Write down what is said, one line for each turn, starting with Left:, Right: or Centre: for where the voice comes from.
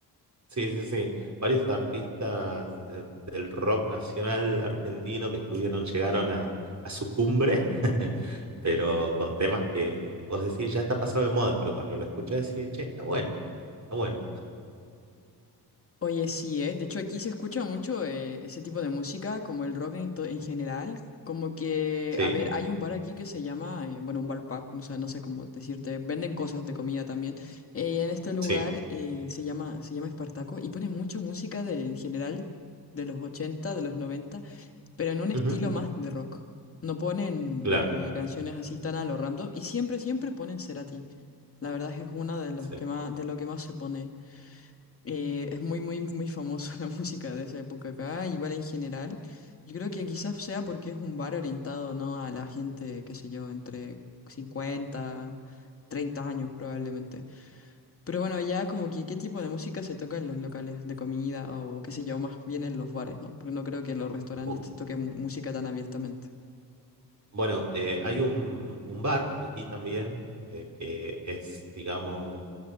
Right: Sí, sí, sí. Varios artistas eh, del rock nacional argentino que estuvieron, llegaron a, a su cumbre, <laughs> pero con temas que vos decís ya está pasado de moda, pero cuando lo escuchás decís, che, está bueno, está bueno.
Left: Oye, sí, ¿eh? De hecho, aquí se escucha mucho eh, ese tipo de música, como el rock en, to- en general. Como que,
Right: Sí,
Left: a ver, hay un bar aquí que se llama, eh, bueno, un bar pub, o sea, no sé cómo decirte, venden cosas de comida también. Eh, en este lugar
Right: sí,
Left: eh, se llama, se llama Espartaco y ponen mucha música de, en general de los 80, de los 90, pero en un estilo
Right: ujú,
Left: más de rock. No ponen
Right: claro,
Left: eh, canciones así tan a lo random y siempre, siempre ponen Cerati. La verdad es que es una de los
Right: sí.
Left: que más, de lo que más se pone. Eh, es muy, muy, muy famosa <laughs> la música de esa época acá, igual en general. Yo creo que quizás sea porque es un bar orientado, ¿no? A la gente, qué sé yo, entre cincuenta 30 años probablemente. Pero bueno, ya como que qué tipo de música se toca en los locales de comida o qué sé yo, más bien en los bares, ¿no? Porque no creo que en los restaurantes
Right: Bu-
Left: se toque mu- música tan abiertamente.
Right: Bueno, eh, hay un, un bar aquí también eh, que es, digamos,